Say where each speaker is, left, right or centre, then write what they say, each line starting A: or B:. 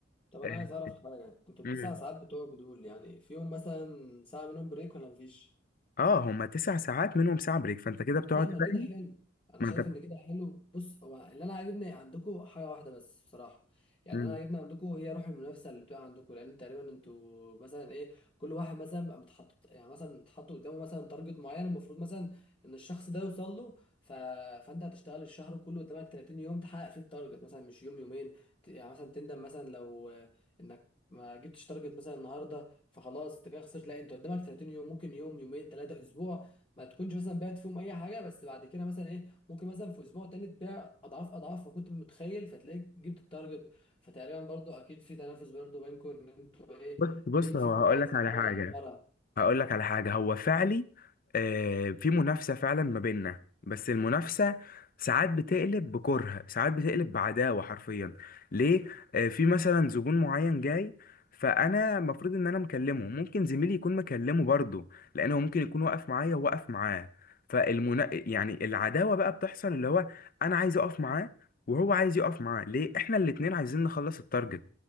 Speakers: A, on the left; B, on the left.
A: طب انا
B: إيه،
A: عايز اعرف حاجه كنت التسع
B: مم.
A: ساعات بتوعك دول يعني فيهم مثلا ساعه منهم بريك ولا مفيش
B: اه هما تسع ساعات منهم ساعة بريك فانت كده بتقعد
A: لا ما
B: فاهم
A: كده حلو انا
B: ما
A: شايف
B: انت
A: ان كده حلو بص هو اللي انا عاجبني عندكم حاجه واحده بس بصراحه يعني
B: مم.
A: انا عاجبني عندكم هي روح المنافسه اللي بتبقى عندكم لان تقريبا انتوا مثلا ايه كل واحد مثلا بقى متحط يعني مثلا اتحط قدامه مثلا تارجت معين المفروض مثلا ان الشخص ده يوصل له ف... فانت هتشتغل الشهر كله قدامك 30 يوم تحقق فيه التارجت مثلا مش يوم يومين ت- يعني مثلا تندم مثلا لو آه، انك ما جبتش تارجت مثلا النهارده فخلاص انت كده خسرت لا انت قدامك 30 يوم ممكن يوم يومين ثلاثه اسبوع ما تكونش مثلا بعت فيهم اي حاجه بس بعد كده مثلا ايه ممكن مثلا في اسبوع تاني تبيع اضعاف اضعاف ما كنت متخيل فتلاقيك جبت التارجت فتقريبا برضو اكيد في تنافس برضو بينكم ان انتوا ايه
B: بص بص
A: مين فيكم
B: هو هقول
A: بقى هيسبق
B: لك على
A: الاول
B: حاجة
A: على الشجره
B: هقول لك على حاجة هو فعلي آه، في منافسة فعلا ما بيننا بس المنافسة ساعات بتقلب بكره ساعات بتقلب بعداوة حرفيا ليه آه، في مثلا زبون معين جاي فانا المفروض ان انا مكلمه ممكن زميلي يكون مكلمه برضه لانه ممكن يكون واقف معايا وواقف معاه فالمنا يعني العداوة بقى بتحصل اللي هو انا عايز اقف معاه وهو عايز يقف معاه ليه احنا الاتنين عايزين نخلص التارجت